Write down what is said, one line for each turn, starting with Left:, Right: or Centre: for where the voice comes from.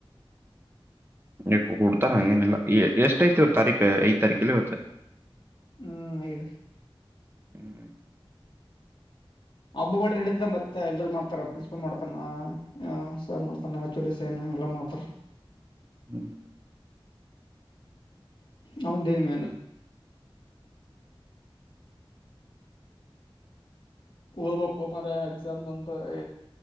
Right: ಎ ಹಡ್ತಾರ ಹಂಗೇನಿಲ್ಲ ಎಷ್ಟ ಐತಿ ಇವತ್ ತಾರೀಖ ಐದ್ ತಾರೀಕಲ್ಲಿ ಇವತ್ತ
Left: ಹ್ಮ್ ಆದೀ
Right: ಹ್ಮ್
Left: ಹಬ್ಬ ಮಾಡಿ ನಡ ಮತ್ತೆ ಎಲ್ಲರು ಮಾಡ್ತಾರ ಪ್ರಿನ್ಸಿಪಾಲ್ ಮಾಡ್ತಾನ ಸರ್ ಮಾಡ್ತಾನ ಆ ಸನ ನಲ್ಲ ಮಾತ್ರ
Right: ಹ್ಮ್
Left: ಹೌದೇಮೇನು ಓದ್ಬೇಕು ಮಾರಾಯ ಎಕ್ಸಾಮ್ ಬಂದದೆ